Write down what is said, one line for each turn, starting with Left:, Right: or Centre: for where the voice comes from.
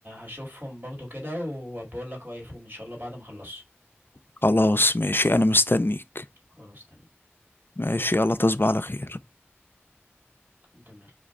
Right: هشوفهم برضو كده وبقول لك رأيي فيهم ان شاء الله بعد ما اخلصهم
Left: خلاص ماشي انا مستنيك
Right: خلاص تمام
Left: ماشي يلا تصبح على خير
Right: تمام